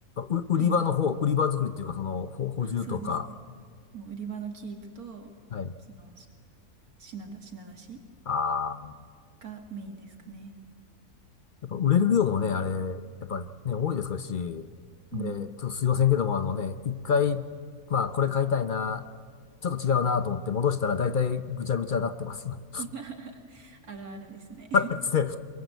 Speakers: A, on the left; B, on the right.
A: う売り場の方、
B: はい。
A: 売り場作りっていうか、その、ほ補充とか。
B: あ、そうですね。もう売り場のキープと、
A: はい。
B: その、し品出し、品出し
A: ああ。
B: がメインですかね。
A: やっぱ売れる量もね、あれ、やっぱね、多いですし、
B: うん。
A: で、ちょっとすいませんけども、あのね、一回、まあ、これ買いたいな、ちょっと違うなと思って戻したら大体ぐちゃぐちゃなってますよね。
B: <laughs> あるあるですね。
A: <laughs> ですね。い